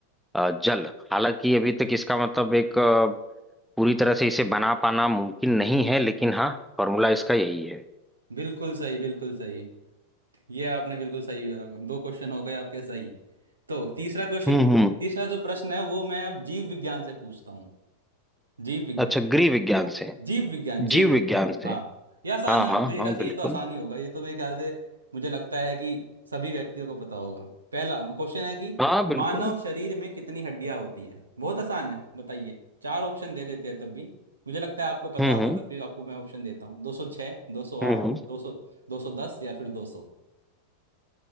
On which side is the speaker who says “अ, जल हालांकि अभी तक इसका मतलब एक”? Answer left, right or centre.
Centre